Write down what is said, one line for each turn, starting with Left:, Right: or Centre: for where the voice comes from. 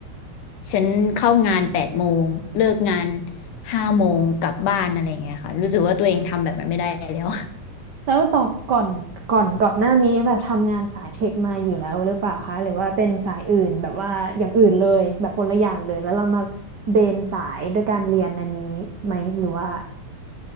Left: ฉันเข้างานแปดโมงเลิกงานห้าโมงกลับบ้านอะไรอย่างเงี้ยค่ะรู้สึกว่าตัวเองทำแบบนั้นไม่ได้แล้ว <laughs>
Right: แล้วต่อก่อนก่อนก่อนหน้านี้แบบทำงานสายเทคมาอยู่แล้วหรือเปล่าคะหรือว่าเป็นสายอื่นแบบว่าอย่างอื่นเลยแบบคนละอย่างเลยแล้วเรามาเบนสายด้วยการเรียนอันนี้ไหมหรือว่า